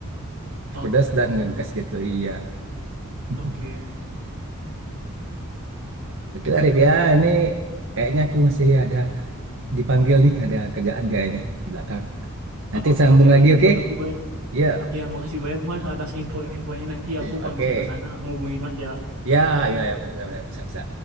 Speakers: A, on the right; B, on the right.
A: oke
B: pedas dan
A: oke
B: ngegas
A: oke
B: gitu
A: oke.
B: iya <laughs>
A: Oke.
B: Oke lah ya ini kayaknya aku masih ada dipanggil nih ada kerjaan kayaknya di belakang Nanti
A: Oh, Oke
B: sambung
A: oke
B: lagi,
A: Mas,
B: oke?
A: makasih banyak.
B: Ya,
A: Iya makasih banyak Mas atas info-infonya. Nanti aku kalau
B: oke.
A: misalnya ke sana ngubungin Mas ya.
B: Ya, ya, ya, benar-benar bisa, bisa.